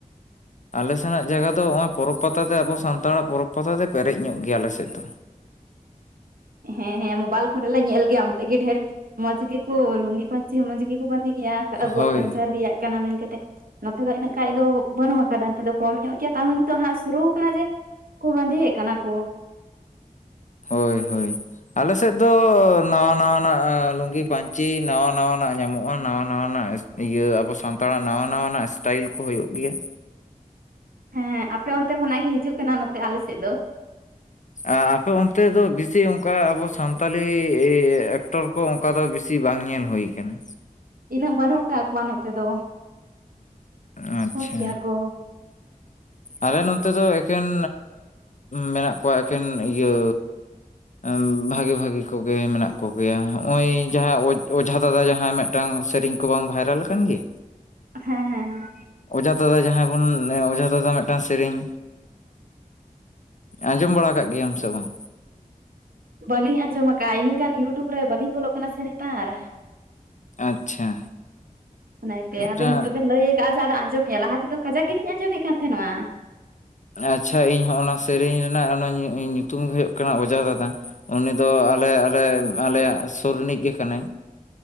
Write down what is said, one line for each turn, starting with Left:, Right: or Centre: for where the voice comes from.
Left: ᱟᱞᱮ ᱥᱮᱱᱟᱜ ᱡᱟᱭᱜᱟ ᱫᱚ ᱱᱚᱜᱼᱚᱭ ᱯᱚᱨᱚᱵᱽ ᱯᱟᱛᱟ ᱛᱮ ᱟᱵᱚ ᱥᱟᱱᱛᱟᱲᱟᱜ ᱯᱚᱨᱚᱵᱽ ᱯᱟᱛᱟ ᱛᱮ ᱯᱮᱨᱮᱡ ᱧᱚᱜ ᱜᱮᱭᱟ ᱟᱞᱮ ᱥᱮᱫ ᱫᱚ᱾
Right: ᱦᱮᱸ ᱦᱮᱸ ᱢᱳᱵᱟᱭᱤᱞ ᱠᱚᱨᱮᱞᱮ ᱧᱮᱞ ᱜᱮᱭᱟ ᱚᱱᱛᱮ ᱜᱮ ᱰᱷᱮᱨ ᱢᱚᱸᱡᱽ ᱜᱮᱠᱚ ᱞᱩᱝᱜᱤ ᱯᱟᱹᱧᱪᱤ ᱢᱚᱸᱡᱽ ᱜᱮᱠᱚ ᱵᱟᱸᱫᱮ ᱜᱮᱭᱟ ᱟᱵᱚᱣᱟᱜ
Left: ᱦᱳᱭ
Right: ᱠᱟᱞᱪᱟᱨ ᱨᱮᱭᱟᱜ ᱠᱟᱱᱟ ᱢᱮᱱᱠᱟ ᱠᱟᱛᱮᱫ᱾ ᱱᱚᱛᱮ ᱫᱚ ᱤᱱᱟᱹᱜ ᱠᱷᱟᱱᱡ ᱫᱚ ᱵᱟᱹᱱᱩᱜ ᱟᱠᱟᱫᱟ ᱱᱤᱛ ᱫᱚ ᱠᱚᱢ ᱧᱚᱜ ᱜᱮᱭᱟ ᱛᱟᱣᱟᱦ ᱱᱤᱛᱚᱜ ᱦᱜ ᱥᱩᱨᱩ ᱠᱟᱱᱟ ᱡᱮ ᱠᱚ ᱵᱟᱸᱫᱮ ᱭᱮᱫ ᱠᱟᱱᱟ ᱠᱚ᱾
Left: ᱦᱳᱭ, ᱦᱳᱭ᱾ ᱟᱞ ᱥᱮᱫ ᱫᱚ ᱱᱟᱣᱟ-ᱱᱟᱣᱟᱱᱟᱜ ᱞᱩᱝᱜᱤ ᱯᱟᱹᱧᱪᱤ ᱱᱟᱣᱟ-ᱱᱟᱣᱟᱱᱟᱜ ᱧᱟᱢᱚᱜᱼᱟ ᱱᱟᱣᱟ-ᱱᱟᱣᱟᱱᱟᱜ᱾ ᱤᱭᱟᱹ ᱟᱵᱚ ᱥᱟᱱᱛᱟᱲᱟᱜ ᱱᱟᱣᱟ ᱱᱟᱣᱟᱱᱟᱜ ᱥᱴᱟᱭᱤᱞ ᱠᱚ ᱦᱩᱭᱩᱜ ᱜᱮᱭᱟ᱾
Right: ᱦᱮᱸ ᱟᱯᱮ ᱚᱱᱛᱮ ᱠᱷᱚᱱᱟᱜ ᱜᱮ ᱦᱤᱡᱩᱜ ᱠᱟᱱᱟ ᱱᱚᱛᱮ ᱟᱞᱮ ᱥᱮᱫ ᱫᱚ
Left: ᱟᱯᱮ ᱚᱱᱛᱮ ᱫᱚ ᱵᱮᱥᱤ ᱚᱱᱠᱟ ᱟᱵᱚ ᱥᱟᱱᱛᱟᱞᱤ ᱮᱠᱴᱩ ᱠᱚ ᱚᱱᱠᱟ ᱫᱚ ᱵᱤᱥᱤ ᱵᱟᱝ ᱧᱮᱞ ᱦᱩᱭ ᱟᱠᱟᱱᱟ᱾
Right: ᱤᱱᱟᱹᱜ ᱵᱟᱹᱱᱩᱜ ᱟᱠᱟᱫ ᱠᱚᱣᱟ ᱱᱚᱛᱮ ᱫᱚ
Left: ᱟᱪᱪᱷᱟ
Right: ᱠᱚᱢ ᱜᱮᱭᱟ <inaudible>
Left: ᱟᱞᱮ ᱱᱚᱛᱮ ᱫᱚ ᱮᱠᱮᱱ ᱢᱮᱱᱟᱜ ᱠᱚᱣᱟ ᱮᱠᱮᱱ ᱤᱭᱟᱹ ᱮᱸ ᱵᱷᱟᱜᱮ ᱵᱷᱟᱜᱮ ᱠᱚᱜᱮ ᱢᱮᱱᱟᱜ ᱠᱚᱜᱮᱭᱟ, ᱱᱚᱜᱼᱚᱭ ᱡᱟᱦᱟᱸ ᱚᱡ, ᱚᱡᱷᱟ ᱫᱟᱫᱟ ᱡᱟᱦᱟᱸᱭ ᱢᱮᱫ ᱴᱟᱝ ᱥᱮᱨᱮᱧ ᱠᱚ ᱵᱟᱝ ᱵᱷᱟᱭᱨᱟᱞ ᱠᱟᱱ ᱜᱮᱭᱟ?
Right: <inaudible> ᱦᱮᱸ ᱦᱮᱸ
Left: ᱚᱡᱷᱟ ᱫᱟᱫᱟ ᱡᱟᱦᱟᱸᱭ ᱵᱚᱱ ᱚᱡᱷᱟ ᱫᱟᱫᱟ ᱢᱤᱫᱴᱟᱝ ᱥᱮᱨᱮᱧ, ᱟᱸᱡᱚᱢ ᱵᱟᱲᱟ ᱠᱟᱜ ᱜᱮᱭᱟᱢ ᱥᱮ ᱵᱟᱝ?
Right: ᱵᱟᱹᱞᱤᱧ ᱟᱸᱡᱚᱢ ᱟᱠᱟᱫᱼᱟ, ᱤᱱᱟᱹᱜ ᱜᱟᱱ ᱤᱭᱩᱴᱩᱵᱽ ᱨᱮ ᱵᱟᱹᱞᱤᱧ ᱵᱚᱞᱚᱜ ᱠᱟᱱᱟ ᱥᱮ ᱱᱮᱛᱟᱨ᱾
Left: ᱟᱪᱪᱷᱟ
Right: ᱚᱱᱟᱛᱮᱭᱟ
Left: ᱢᱤᱫᱴᱟᱝ
Right: ᱟᱫᱚ ᱱᱤᱛᱳᱜ ᱵᱮᱱ ᱞᱟᱹᱭ ᱪᱮᱫᱟᱜ ᱥᱮ ᱟᱸᱡᱚᱢ ᱢᱮᱭᱟ ᱞᱟ ᱛᱮᱫᱚ ᱠᱟᱡᱟ ᱜᱮᱞᱤᱧ ᱟᱸᱡᱚᱢᱮᱫ ᱠᱟᱱ ᱛᱟᱦᱮᱱᱚᱜᱱᱟ᱾
Left: ᱟᱪᱪᱷᱟ ᱤᱧ ᱦᱚᱸ ᱚᱱᱟ ᱥᱮᱨᱮᱧ ᱨᱮᱱᱟᱜ ᱚᱱᱟ ᱧᱩ-ᱧᱩᱛᱩᱢ ᱦᱩᱭᱩᱜ ᱠᱟᱱᱟ ᱚᱡᱷᱟ ᱫᱟᱫᱟ᱾ ᱩᱱᱤ ᱫᱚ ᱟᱞᱮ, ᱟᱞᱮ, ᱟᱞᱮᱭᱟᱜ ᱥᱩᱨ ᱨᱤᱱᱤᱡ ᱜᱮ ᱠᱟᱱᱟᱭ᱾